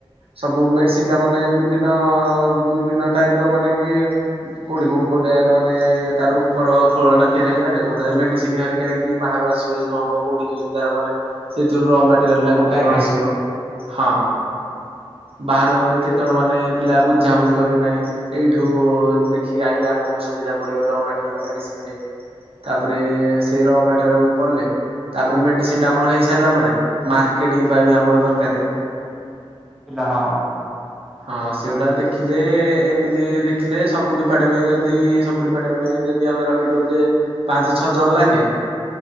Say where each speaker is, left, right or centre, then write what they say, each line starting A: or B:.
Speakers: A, on the right (about 75°); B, in the centre.
A: ସବୁ ମେଡିସିନ ଟା ମାନେ ବିଭିନ୍ନ ବିଭିନ୍ନ ଟାଇପ ର ମାନେ କି କୋଉଡି କୋଉ କୋଡିଆ ମାନେ ତାର ଉପର ଖୋଳ ଟା ତିଆରି ହେଲା ଗୋଟେ ମେଡିସିନ ହେରିକା ହେଇକି ବାହାରୁ ଆସିବ କଣ ହବ, କୋଉଠି ମାନ ସେଥିରୁ କଏଲ
B: ସପ୍ଲାଏ
A: କୋଉଠି କଣ
B: ପାଇଁ
A: ଆସିବ, ହଁ ବାହାରୁ କେତେଣ ମାନେ ପିଲା ବୁଝାବୁଝି କରିବେ ନାହିଁ ଏଇଠୁ ଦେଖିକି ଆଣିଲେ, ଆମକୁ ସୁବିଧା ପଡ଼ିବ ର ମଟେରିଲ ମେଡିସିନ ତାପରେ ସେଇ ରମଟ ପଡିଲେ ତାପରେ ମେଡିସିନ ଟା ଆମର ହେଇ ସିଲା ପରେ ମାର୍କେଟିଂ ପାଇଁ ଆମର ଦରକାରେ
B: ପିଲା ହଁ।
A: ହଁ ସେଇଟା ଦେଖିଲେ ଏମିତି ଦେଖିଲେ, ସବୁ ଡିପାର୍ଟମେଣ୍ଟ ଯଦି ସବୁ ଡିପାର୍ଟମେଣ୍ଟ ଯଦି ଆମେ ରଖି ଦଉଛେ ପାଞ୍ଚ ଛଅ ଜଣ ଲେଖେ,